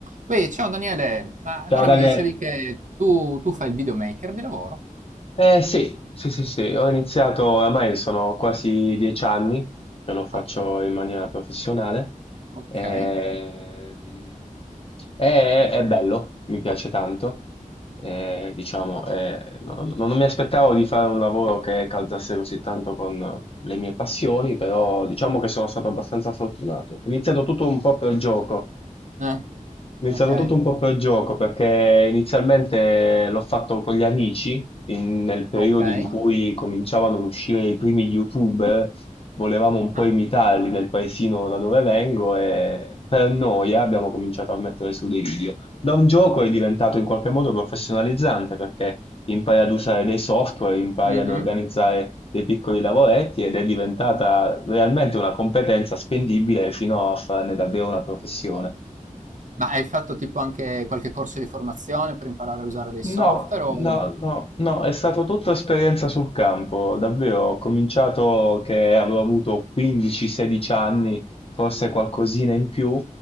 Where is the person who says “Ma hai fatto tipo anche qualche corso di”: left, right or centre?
Right